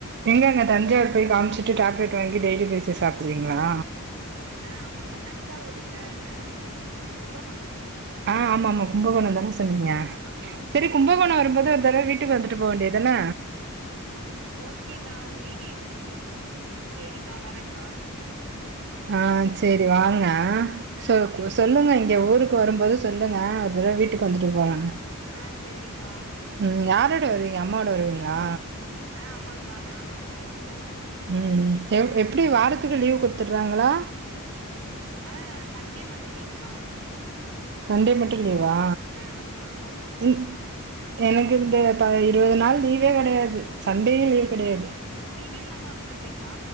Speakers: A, on the right; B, on the right.
A: எங்க அங்க தஞ்சாவூர் போய் காம்ச்சுட்டு டேப்லெட் வாங்கி டெய்லி பேசிஸ் சாப்புடுவீங்ளா
B: ஆ ஆமாங்க்கா தஞ்சாவூர் இல்ல அ கும்பகோணம்
A: ஆ ஆமாமா கும்பகோணந்தான சொன்னீங்க
B: ஆமா
A: செரி கும்பகோணோ வரும்போது ஒரு தரவ வீட்டுக்கு வந்துட்டு போ வேண்டிதான
B: ஓகேக்கா‌. உங்க வீடு எ சேரிக்கா வர்றங்க்கா
A: ஆ சேரி வாங்க
B: ஆ
A: சொ
B: சேரிக்கா
A: சொல்லுங்க இங்க ஊருக்கு வரும்போது சொல்லுங்க. ஒரு தரவ வீட்டுக்கு
B: ஆ
A: வந்துட்டு போலாங்க
B: ஆ சேரிக்கா
A: ம் யாரோட வருவீங்க அம்மா ஓட வருவீங்ளா?
B: ஆ ஆமாங்க்கா நானு அம்மாவு வருவோ.
A: ம் ம் எ எப்டி வாரத்துக்கு லீவ் குடுத்தர்றாங்ளா
B: ஆ சண்டே மட்டு லீவுக்கா
A: சண்டே மட்டு லீவா
B: ஆ ஆமா உங்களுக்கு
A: இ எனக்கு இந்த ப இருவது நாள் லீவே கெடயாது சண்டேயு லீவ்
B: லீ
A: கெடயாது.
B: லீவே இல்லாம ஒர்க் பண்றீங்ளா